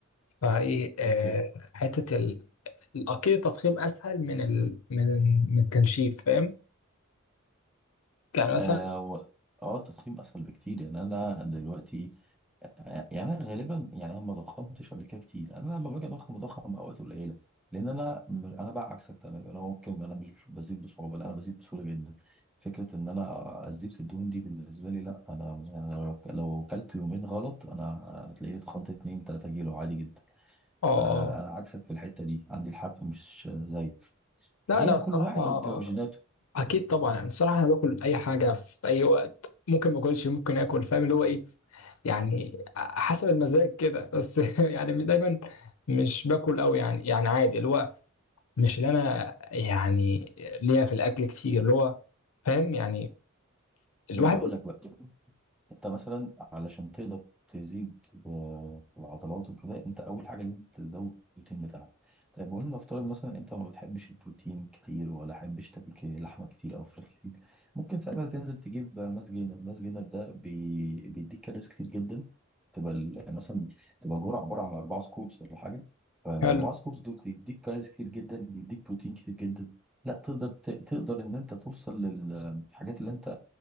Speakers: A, on the left; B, in the centre.
A: فإيه آه
B: اوكي
A: حتة ال... أكيد التضخيم أسهل من ال... من من التنشيف فاهم يعني مثلا
B: اه و- اه التضخيم اسهل بكتير يعني انا دلوقتي يعني انا غالبا يعني انا ما ضخمتش قبل كده كتير يعني انا لما باجي اضخم بضخم اوقات قليله لان انا انا بقى عكسك تماما انا ممكن انا مش بزيد بصعوبه لا انا بزيد بسهوله جدا فكره ان انا ازيد في الدهون دي بالنسبه لي لا انا أنا لو كلت يومين غلط انا هتلاقيني اتخنت 2 3 كيلو عادي جدا
A: آه آه.
B: فانا عكسك في الحته دي عندي الحرق مش زي فهي
A: لا أنا بصراحة
B: كل واحد وبتاع وجيناته
A: اكيد طبعا انا الصراحه انا باكل اي حاجه في اي وقت ممكن ما اكلش ممكن اكل فاهم اللي هو ايه يعني حسب المزاج كده بس <laughs> يعني دايما مش باكل قوي يعني يعني عادي اللي هو مش اللي انا يعني ليا في الاكل كتير اللي هو فاهم يعني الواحد
B: ما انا هقول لك بقى انت مثلا علشان تقدر تزيد آه، العضلات وكده انت اول حاجه لازم تزود البروتين بتاعك طيب وان نفترض مثلا انت ما بتحبش البروتين كتير ولا حبش تاكل ك- لحمه كتير او فراخ كتير ممكن ساعتها تنزل تجيب ماس جينر ماس جينر ده بي... بيديك كالوريز كتير جدا تبقى ال- مثلا تبقى جرعه عباره عن اربع سكوبس ولا حاجه فالاربع
A: حلو
B: سكوبس دول بيديك كالوريز كتير جدا بيديك بروتين كتير جدا لا تقدر ت... تقدر ان انت توصل للحاجات اللي انت